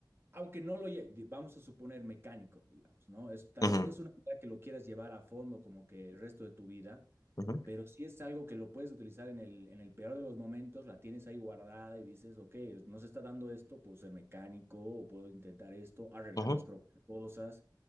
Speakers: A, on the right (about 30°); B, on the left (about 50°).
A: aunque no lo lle- vamos a suponer mecánico, digamos, ¿no? Es, tal
B: ujú,
A: vez no es una idea que lo quieras llevar a fondo como que el resto de tu vida
B: ujú,
A: Pero sí es algo que lo puedes utilizar en el, en el peor de los momentos, la tienes ahí guardada y dices, ok, no se está dando esto, puedo ser mecánico o puedo intentar esto, arreglar
B: ujú.
A: mis propias cosas.